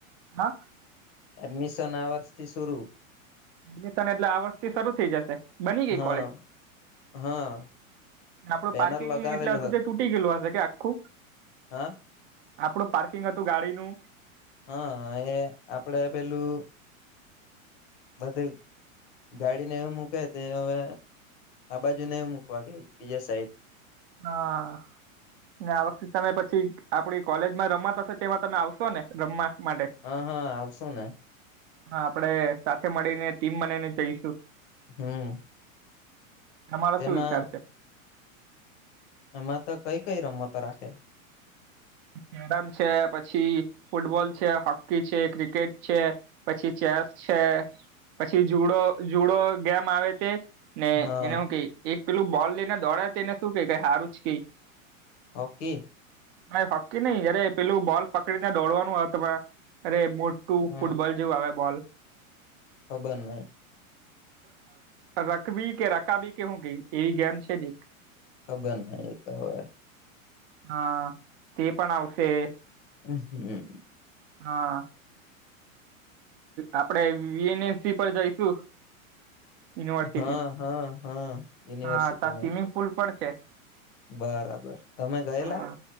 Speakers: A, on the right; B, on the left.
A: હા
B: એડમિશન આ વર્ષ થી શરૂ
A: એડમિશન એટલે આ વર્ષથી શરૂ થઈ જશે બની ગઈ
B: હા
A: કોલેજ?
B: હા
A: આપડું
B: બેનર
A: પાર્કિંગ
B: લગાવેલું
A: એટલે હતું તે તૂટી ગયેલું હશે કે આખું
B: હા
A: આપડું પાર્કિંગ હતું ગાડીનું
B: હા એ આપડે પેલું બધે ગાડીને એવું મૂકે તે હવે આ બાજુ ને મુકવા કે બીજા સાઈડ
A: હા આ વખતે તમે પછી આપડી કોલેજમાં રમત હશે તેમાં તમે આવશો ને રમવા માટે
B: હા હા આવશું ને
A: હા આપડે સાથે મળીને ટીમ બનાઇ ને જઈશું
B: હમ
A: તમારા
B: તેમાં
A: શું વિચાર છે
B: એમાં તો કઈ કઈ રમતો રાખે
A: <unintelligible> છે પછી ફૂટબોલ છે હોકી છે ક્રિકેટ છે પછી ચેસ છે પછી જુડો જુડો ગેમ આવે તે ને
B: હા
A: એને હું કે એક પેલું બોલ લઈને દોડ તેને શું કે હારું જ કે
B: હોકી
A: ના હોકી નહી અરે પેલું બોલ પકડીને દોડવાનું આ તમા રે મોટું
B: હા
A: ફૂટબોલ એવું આવે બોલ
B: ખબર નહી
A: રકબી કે રકાબી કે હું કઈ એવી ગેમ છે ને
B: ખબર નહી એ તો હવે
A: હા તે પણ આવશે
B: <unintelligible>
A: હા આપણે વિ એન એસ સી પર જઈશું યુનિવર્સિટી
B: હા હા હા યુનિવર્સિટીમાં
A: હા તા સ્વિમિંગ પુલ પણ છે.
B: બરાબર તમે ગયેલા
A: હા